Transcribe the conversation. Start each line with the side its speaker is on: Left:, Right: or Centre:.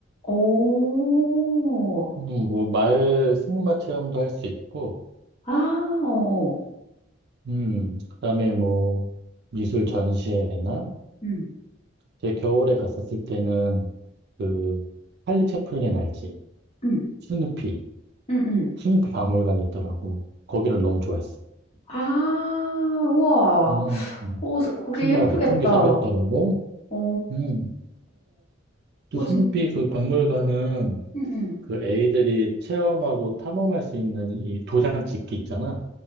Left: 어.
Right: 음, 뭐, 말, 승마 체험도 할 수 있고,
Left: 아 어어.
Right: 음, 그다음에 뭐, 미술 전시회나
Left: 음.
Right: 제 겨울에 갔었을 때는 그 찰리 채플린 알지?
Left: 음.
Right: 스누피,
Left: 음음.
Right: 스누피 박물관이 있더라고. 거기를 너무 좋아했어.
Left: 아 우와.
Right: 어, 어,
Left: 어 저 거기
Right: 신기하지?
Left: 예쁘겠다.
Right: 그런 게 생겼더라고.
Left: 어.
Right: 음, 또
Left: 어
Right: 스누피
Left: 진
Right: 그 박물관은
Left: 음음.
Right: 그 애들이 체험하고 탐험할 수 있는 이 도장 찍기 있잖아.